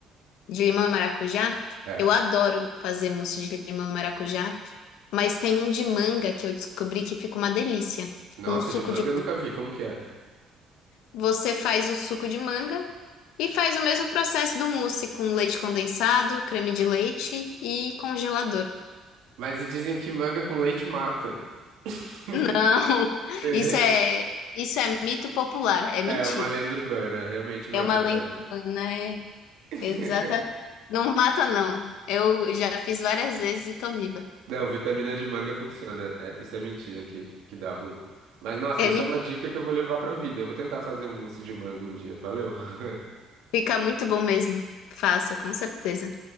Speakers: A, on the left (about 85°); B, on the right (about 80°).
A: de limão e maracujá.
B: É.
A: Eu adoro fazer mousse de limão e maracujá, mas tem um de manga que eu descobri que fica uma delícia,
B: Nossa,
A: com um suco
B: de manga
A: de manga.
B: eu nunca vi. Como que é?
A: Você faz o suco de manga e faz o mesmo processo do mousse com leite condensado, creme de leite e congelador. <laughs>
B: Mas e dizem que manga com leite mata. <laughs>
A: Não,
B: Pois
A: isso
B: É,
A: é isso é mito popular, é mentira.
B: É uma lenda urbana, realmente não
A: É
B: é
A: uma
B: verdade.
A: lenda urbana, é
B: <laughs>
A: exatamente. Não mata não. Eu já fiz várias vezes e tô viva.
B: Não, vitamina de manga funciona. É, isso é mentira que, que dá ruim. Mas nossa,
A: É
B: essa é uma dica que eu vou levar pra vida. Eu vou tentar fazer um mousse de manga um dia. Valeu. <laughs>
A: Fica muito bom mesmo. Faça, com certeza.